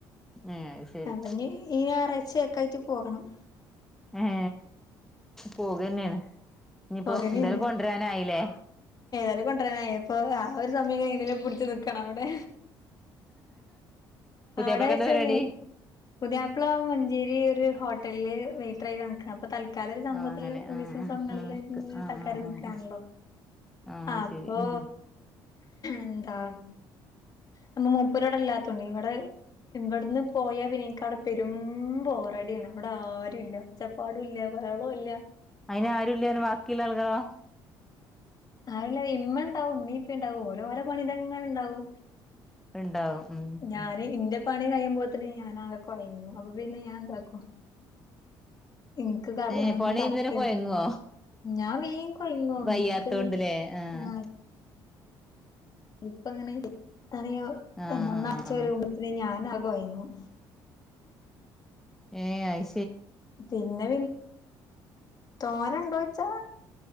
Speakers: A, in the centre; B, on the left.
A: ഏ അത് ശരി
B: അവന് ഈ ഞായറാഴ്ചയക്കായിട്ട് പോകണം
A: ആഹ പോകന്നെണ് ഇനിയിപ്പോ
B: പോകന്നെയാണ്
A: എന്തായാലും കൊണ്ടുവരാനായില്ലേ
B: ഏതായാലും അപ്പൊ ആ ഒരു സമയംഎങ്ങനെലും പുടിച്ച് നിക്കണം അവിടെ
A: പുതിയാപ്പളക്ക്
B: അവിടെ ആഴച്ചല്ലേ
A: എന്താ പരിപാടി
B: പുതിയപ്പ്പളാ മഞ്ചേരി ഒരു ഹോട്ടലില് വൈറ്റെർ ആയിട്ട നിക്കണത് അപ്പൊ തൽക്കാല ഒരു സംഭവത്തില്
A: ആഹ് അങ്ങനെ ആഹ്
B: ബിസിസ് തൊടങ്ങാൻ
A: ആഹ് ആഹ് ആഹ്
B: തൽക്കാലം
A: ആഹ് ആഹ്
B: നൽക്കയാണല്ലോ
A: ആഹ് ആഹ്
B: അപ്പൊ
A: ശരി ഉം
B: എന്താ നമ്മ മൂപ്പരോടെല്ലാത്തണ്ട് ഇവിടെ ഇവിടന്ന് പോയാ പിന്നെക്ക് അവിടെ പെരും പോോറടിയാണ് അവിടെ ആരും ഇല്ല അച്ചപ്പാട ഇല്ല ബഹളുല്ല
A: അയിന് ആരും ഇല്ലാനു ബാക്കിള്ള ആൾറോ
B: ആരുല്ല ഇമ്മ ഉണ്ടാവും ഇമ്മിം ഇപ്പിം ഉണ്ടാവും ഓരോഓരോ പണിയിൽ അങ്ങനെ ഉണ്ടാവും
A: ഉണ്ടാവും ഉം
B: ഞാന്
A: ഉം
B: ഇന്റെ പണി കഴിയുമ്പോത്തിന് ഞാൻ അതൊക്ക കോയങ്ങും അപ്പൊ പിന്നെ ഞാൻ എന്താക്കും ഇൻക്ക് കട
A: ഏഹ്
B: ഒന്ന്
A: പണി ചെയ്യുമ്പത്തിന്
B: കടക്ക
A: കൊയങ്ങോ
B: <inaudible> ഞാൻ മീൻ കൊയിന്നോ
A: വയ്യാത്തോണ്ട്ല്ലേ
B: നീക്ക്
A: ആഹ്
B: ആ ഇപ്പങ്ങനെ അന ഒ
A: ആഹ്
B: <unintelligible>
A: ആഹ്
B: അച്ച്ച
A: ആഹ്
B: ഒരു ക്പത്തിന് ഞാൻ. <inaudible> കോയങ്ങും
A: ഏ ആയി
B: പിന്നെ തോനെ ഉണ്ടോയിച്ചാ